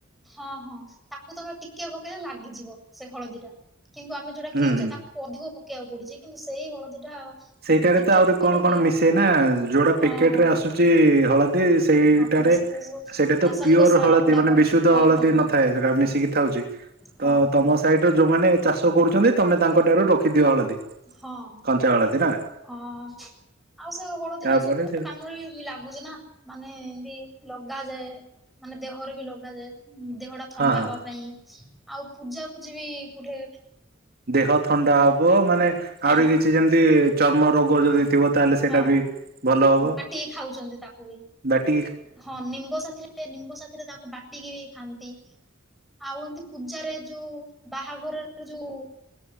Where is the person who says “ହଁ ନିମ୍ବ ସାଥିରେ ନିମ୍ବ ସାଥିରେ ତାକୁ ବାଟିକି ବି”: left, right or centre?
Centre